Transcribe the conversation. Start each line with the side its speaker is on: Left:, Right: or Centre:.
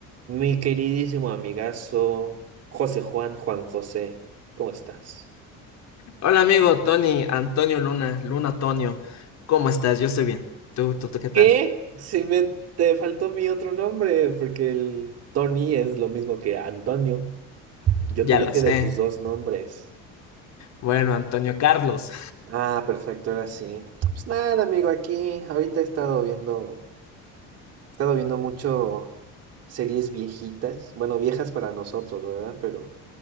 Right: Mi queridísimo amigazo José Juan, Juan José, ¿cómo estás?
Left: Hola amigo Tony, Antonio Luna, Luna Antonio, ¿cómo estás? Yo estoy bien. ¿Tú, tú, tú qué tal?
Right: ¿Qué? Si me te faltó mi otro nombre, porque el Tony es lo mismo que Antonio. Yo
Left: Ya
Right: te dije
Left: lo sé.
Right: de tus dos nombres.
Left: Bueno, Antonio Carlos,
Right: Ah, perfecto, ahora sí. Pues nada, amigo, aquí ahorita he estado viendo, he estado viendo mucho series viejitas, bueno, viejas para nosotros, ¿verdad? Pero